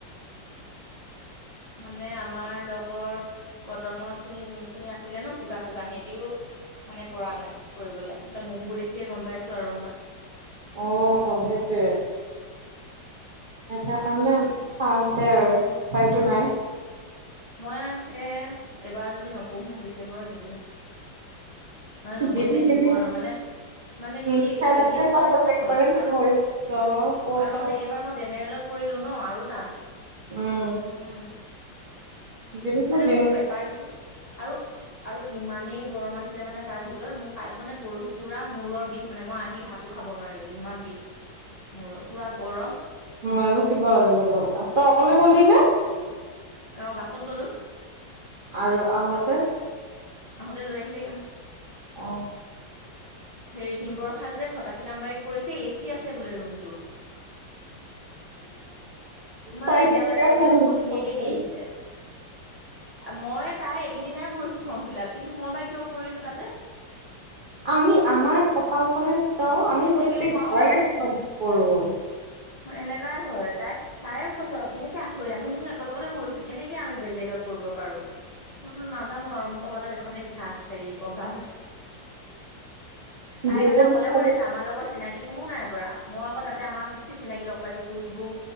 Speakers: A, on the left (about 80°); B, on the right (about 70°).
A: মানে আমাৰ লগৰ কটনৰ খিনি যোনখিনি আছিলে ন চোকা - চোকা সিহতিও মানে পৰা নাই কৰিবলৈ। এটা মুখবোৰ দেখিয়ে গম পাইছো আৰু মই
B: অ সেইটোৱে সেইকাৰণে চাহ দে আৰু উপায়তটো নাই।
A: মই চাগে এবাৰ যদি নপঢ়ো ডিচেম্বৰত নিদিম। মানে নপঢ়িলে
B: দিবি
A: নিদিও
B: দিবি
A: আৰু মানে মানে
B: উম
A: কি
B: সেনেকে
A: এনেই যোৱা
B: তই
A: নিচিনা
B: প্ৰত্যেকবাৰে
A: হ'ল
B: কৰিছ
A: আৰু।
B: কওঁতে
A: আৰু মানে এইবাৰ মই জেনেৰেলত পৰিলো ন আৰু টান।
B: উম,
A: উম
B: যিমানে
A: মানে
B: দিন
A: মোৰ পেপাৰ দেখি আৰু আৰু ইমানেই গৰম আছিলে মানে। তাৰ ভিতৰত মোৰ কাল মানে পৰহি পুৰা মূৰৰ বিষ মানে মই আহি ভাতো খাব নোৱাৰিলো ইমান বিষ। মোৰ পুৰা গৰম
B: ময়ো কিবা হৈ গ'লো তই অকলে গ'লি ন
A: আহ বাছত গ'লো।
B: আৰু আহতে
A: অকলে আহোতে লৈ আহিলেগে মোক।
B: অ
A: হেৰি হিমবৰসাজ যেে ফটাখিলাম বাৰীত পৰিছে এচি আছে বোলে ৰুমটোত। ইমান
B: তাই
A: ধুনীয়া
B: কেতিয়া
A: বোলে তাই
B: ফোন
A: বোলে বহুত। ধুনীয়াকে
B: কৰিছিল?
A: দি আহিছে মই তাই কেইদিনাই কৰিছো ফৰ্ম ফিল আাপ কিন্তু মই বা কিয় পৰিলো তাতে
B: আমি আমাৰ কপালখনে ত, আমি
A: তেনেকুৱা
B: প্ৰত্যেকবাৰে
A: অ
B: কৰো।
A: এনেকাই হয় তাই - তাইও কৈছ কেনেকে আচৰি আমি দেখোন একেলগতে কৰিছো কেনেকে আমি বেলেগত কৰিবব পাৰো মই বোলো নাজানো আৰু মোৰ কবালত এখনেই লিখা আছে চাগে কটা। তাই
B: যি
A: তাতে
B: পৰীক্ষা
A: অকলে পৰিছে আমাৰ লগৰ চিনাকি কোনো নাই পৰা মই আকৌ তাতে আমাৰ সোটেই চিনাকি লগ পাইছো খুচবু